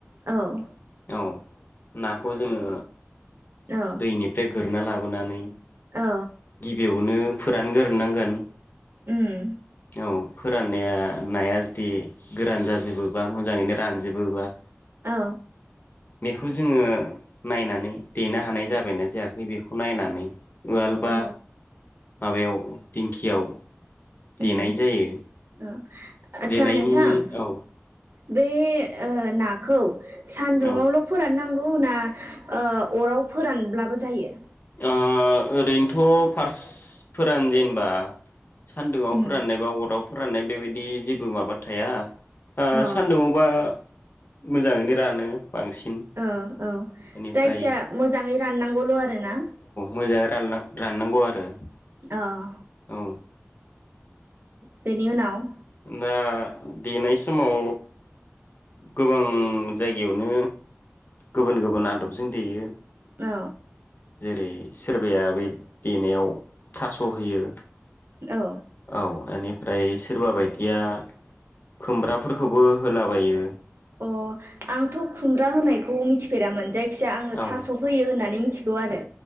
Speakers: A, on the right; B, on the left.
A: औ
B: औ नाखौ जोङो
A: औ
B: दैनिफ्राय गोरना ला बोनानै
A: औ
B: गिबियावनो फोरानगोरोनांगोन।
A: उम
B: औ फोराननाया नाया जुदि गोरान जाजोबोबा मोजाङैनो रानजोबोबा
A: औ
B: बेखौ जोङो नायनानै देनो हानाय जाबायना जायाखै बेखौ नायनानै उवाल बा
A: औ
B: माबायाव दिंखियाव देनाय
A: उम
B: जायो
A: औ आस्सा
B: देनायनि
A: नोंथां।
B: औ
A: बे ओ नाखौ सान्दुुङावल'
B: औ ओ
A: फोरान नां गौ ना ओ अराव फोरानब्लाबो जायो?
B: ओ ओरैनोथ' फार्स फोरान जेनबा सान्दुङाव
A: उम
B: फोराननायबा अराव फोराननाय बेबायदि जेबो माबा थाया। आ
A: अ
B: सान्दुङावबा मोजाङैनो रानो। बांसिन
A: औ औ
B: बेनिफ्राय
A: जायखिया मोजाङै राननांगौल' आरो ना।
B: मोजां रान राननांगौ आरो
A: अह।
B: औ।
A: बेनि उनाव
B: दा देनाय समाव गोबां जायगायावनो गुबुन गुबुन आदबजों देयो।
A: औ।
B: जेरै सोरबाया बे देनायाव थास' होयो
A: औ
B: औ एनि फ्राय सोरबा बायदि या खुमब्राफोरखौबो होलाबायो।
A: अ' आंथ' खुमब्रा होनायखौ मिथिफेरामोन जाय खिजाया आङो
B: औ
A: थास' होयो होननानै मिथिगौ आरो।